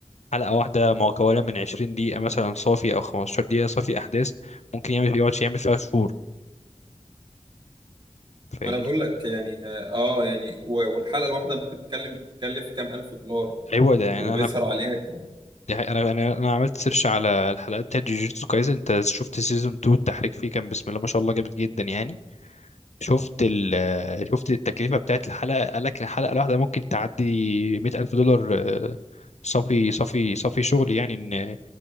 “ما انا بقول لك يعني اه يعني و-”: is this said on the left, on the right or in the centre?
Right